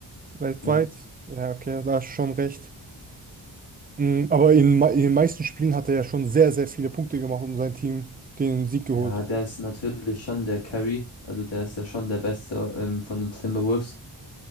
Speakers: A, on the right; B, on the left.
A: weltweit.
B: Ja.
A: Ja, okay, da hast du schon recht. Mm, Aber in, me- in den meisten Spielen hat er ja schon sehr, sehr viele Punkte gemacht und sein Team den Sieg geholt.
B: Ja, der ist natürlich schon der Carry, also der ist ja schon der Beste ähm, von den Timberwolves.